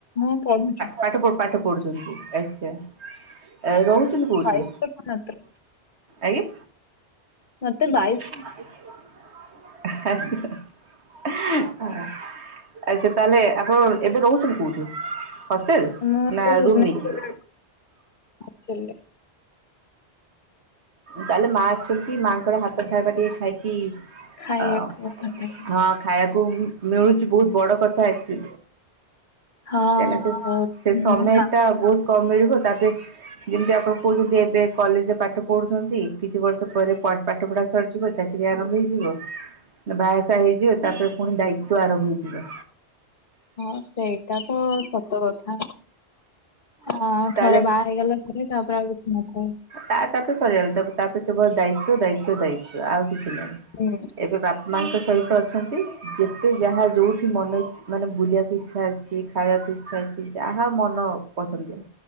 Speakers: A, on the left; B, on the right.
A: ହଁ ପଢି
B: ପାଠ ପାଠ ପଢୁଛନ୍ତି ଆଚ୍ଛା ରହୁ
A: ବାଇଶ ବର୍ଷ ମାତ୍ର
B: ଆଜ୍ଞ।
A: ମୋତେ ବା
B: <unintelligible> ଆଚ୍ଛା ତାହେଲେ ଆପଣ ଏବେ ରହୁଛନ୍ତି କୋଉଠି ହଷ୍ଟେଲ
A: ମୁଁ ଏବେ
B: ନା
A: ଭୁବନେଶ୍ୱରରେ
B: ରୁମ ନେଇକି।
A: ହଷ୍ଟେଲରେ
B: ତାହେଲେ ମା ଆସିଛନ୍ତି ମାଆଙ୍କର ହାତ ଖାଇବା ଟିକେ ଖାଇକି।
A: ଖାଇବାକୁ
B: ଆଉ
A: ଭଲ ଲାଗେ
B: ହଁ। ଖାଇବାକୁ ମିଳୁଛି ବହୁତ ବଡ଼ କଥା ଆସି।
A: ହଁ
B: କହିଲା
A: ବହୁତ
B: ସେ
A: ମାନେ
B: ସମୟ
A: ଶାନ୍ତି
B: ଟା ବହୁତ କମ ମିଳିବ ତାପ ଯେମିତି ଆପଣ କହୁ ଏବେ କଲେଜରେ ପାଠ ପଢ଼ୁଛନ୍ତି କିଛି ବର୍ଷ ପରେ ପାଠପଢ଼ା ସରିଯିବ ଚାକିରି ଆରମ୍ଭ ହେଇଯିବ।
A: <unintelligible>
B: ବାହାସାହା ହେଇଯିବେ ତାପରେ ପୁଣି ଦାଇତ୍ୱ ଆରମ୍ଭ ହେଇଯିବ‌।
A: ହଁ ସେଇଟା ତ ସତ କଥା। ହଁ
B: ତାହେଲେ
A: ଥରେ ବାହା ହେଇଗଲା ପରେ ତାପରେ ଆଉ କିଛିନଥାଏ।
B: ତା ତାପରେ ସରିଗଲା ତା ତାପରେ ସବୁ ଦାଇତ୍ୱ ଦାଇତ୍ୱ ଦାୟିତ୍ୱ ଆଉ କିଛି ନାହିଁ।
A: ହୁଁ।
B: ଏବେ ବାପା ମାଙ୍କ ସହିତ ଅଛନ୍ତି ଯେତେ ଯାହା ଯେଉଁ ମନ ମାନେ ବୁଲିବାକୁ ଇଚ୍ଛା ଅଛି ଖାଇବାକୁ ଇଛା ଅଛି ଯାହା ମନ ପସନ୍ଦିଆ।